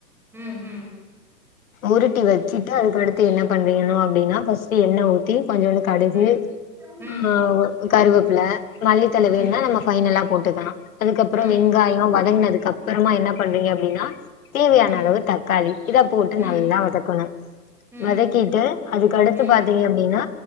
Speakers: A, in the centre; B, on the left.
A: ம் ம்
B: உருட்டி வெச்சுட்டு அதுக்கடுத்து என்ன பண்றீங்கணும் அப்டின்னா ஃபஸ்ட் எண்ண ஊத்தி கொஞ்சோண்டு கடுகு
A: ம் ம்
B: ஆ கருவேப்புல மல்லித்தழ
A: ம்
B: வேணும்னா நம்ம பைனலா போட்டுக்கலாம் அதுக்கப்பறம்
A: ம்
B: வெங்காயம் வதங்கினதுக்கு அப்பறமா என்ன பண்றீங்க அப்டின்னா தேவையான
A: ம்
B: அளவு த க்காளி இதா போட்டு
A: ம்
B: நல்லா வதக்கணும்
A: ம்
B: வதக்கிட்டு அதுக்கடுத்து
A: ம்
B: பாத்தீங்க அப்டின்னா